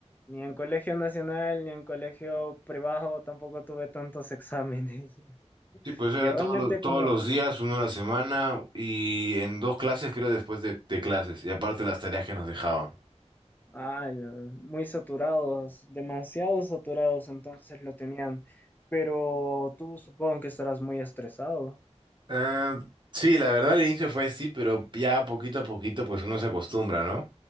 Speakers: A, on the left; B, on the right.
A: Ni en colegio nacional, ni en colegio privado tampoco tuve tantos exámenes. <laughs>
B: Sí, pues era
A: Y realmente
B: todos los, todos
A: como,
B: los días, uno a la semana y en dos clases, creo, después de, de clases. Y aparte las tareas que nos dejaban.
A: Ah, la- muy saturados, demasiado saturados, entonces lo tenían. Pero tú supongo que estarás muy estresado.
B: Eh, sí, la verdad al inicio fue así, pero ya poquito a poquito pues uno se acostumbra, ¿no?